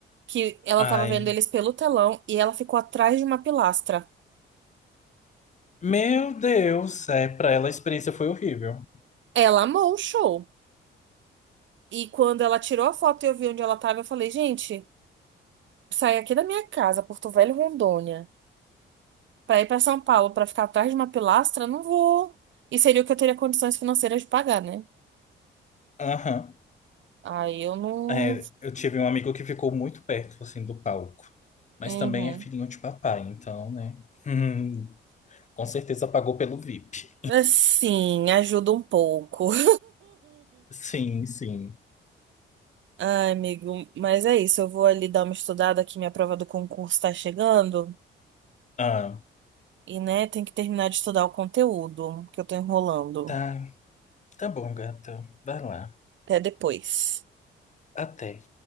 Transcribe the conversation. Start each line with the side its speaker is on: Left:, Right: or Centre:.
Right: que ela
Left: Ai,
Right: tava vendo eles pelo telão e ela ficou atrás de uma pilastra.
Left: meu Deus, é, pra ela a experiência foi horrível.
Right: Ela amou o show. E quando ela tirou a foto e eu vi onde ela tava, eu falei, gente, sair aqui da minha casa, Porto Velho, Rondônia, pra ir pra São Paulo pra ficar atrás de uma pilastra, não vou. E seria o que eu teria condições financeiras de pagar, né?
Left: Aham.
Right: Aí eu não.
Left: É, eu tive um amigo que ficou muito perto, assim, do palco. Mas
Right: Uhum.
Left: também é filhinho de papai, então, né? <laughs> Hum, com certeza pagou pelo VIP.
Right: Assim, ajuda um pouco. <laughs>
Left: Sim, sim.
Right: Ai, amigo, mas é isso. Eu vou ali dar uma estudada que minha prova do concurso tá chegando.
Left: Ah,
Right: E, né, tem que terminar de estudar o conteúdo, que eu tô enrolando.
Left: tá. Tá bom, gata. Vai lá.
Right: Até depois.
Left: Até.